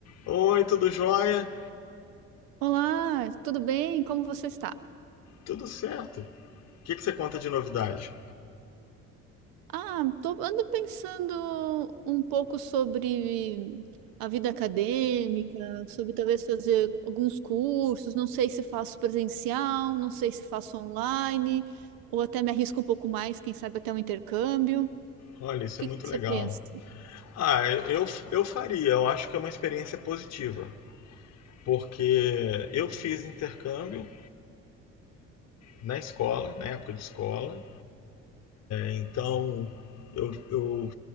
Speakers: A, on the left; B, on the right.
A: Oi, tudo jóia?
B: Olá, tudo bem? Como você está?
A: Tudo certo. O que, que você conta de novidade?
B: Ah, tô, ando pensando um pouco sobre a vida acadêmica, sobre talvez fazer alguns cursos, não sei se faço presencial, não sei se faço online, ou até me arrisco um pouco mais, quem sabe até um intercâmbio. O
A: Olha, isso
B: que
A: é muito
B: que você
A: legal.
B: pensa?
A: Ah, eu, eu faria, eu acho que é uma experiência positiva, porque eu fiz intercâmbio na escola, na época de escola, Então, eu, eu